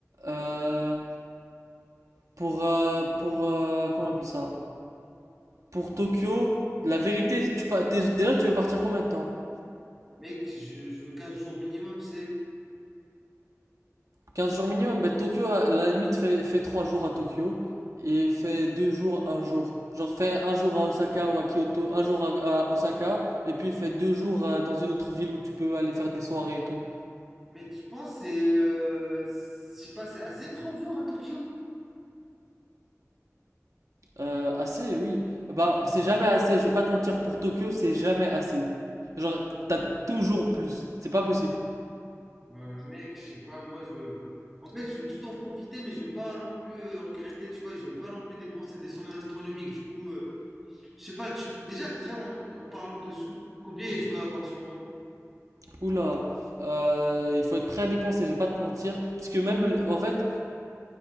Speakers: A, on the right; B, in the centre.
A: Euh, pour euh, pour euh, comment on appelle ça? Pour Tokyo, la vérité, tu pas déjà tu veux partir combien de temps?
B: Mec, je, je veux 15 jours minimum, tu sais.
A: quinze jours minimum, bah, Tokyo, à la limite, fait, fait 3 jours à Tokyo et fait 2 jours, un jour. Genre, fait un jour à Osaka ou à Kyoto, un jour à, à Osaka, et puis fait 2 jours euh, dans une autre ville où tu peux aller faire des soirées et tout.
B: Mais tu penses, c'est. euh, c'est- je sais pas, c'est assez 30 jours à Tokyo?
A: Euh, assez, oui. Bah, c'est jamais assez, je vais pas te mentir, pour Tokyo, c'est jamais assez. Genre, t'as toujours plus, c'est pas possible.
B: Ouais, mais mec, je sais pas, moi, je veux. En fait, je veux tout en profiter, mais je veux pas non plus euh, regretter, tu vois. Je veux pas non plus dépenser des sommes astronomiques. Du coup, euh, je sais pas, tu- tu- déjà, déjà en, en parlant de sous, combien je dois avoir sur moi?
A: Oula, euh, il faut être prêt à dépenser, je vais pas te mentir, parce que même, le- en fait,